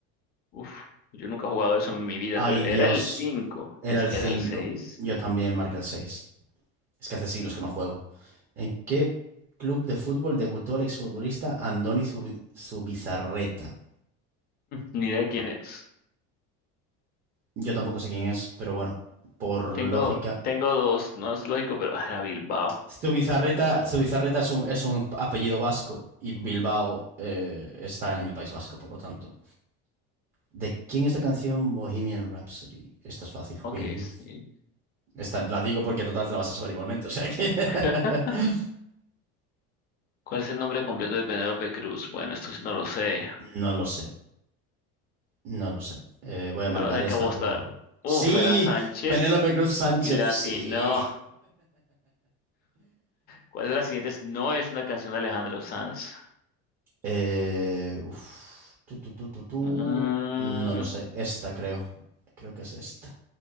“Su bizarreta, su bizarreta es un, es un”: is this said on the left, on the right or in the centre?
Right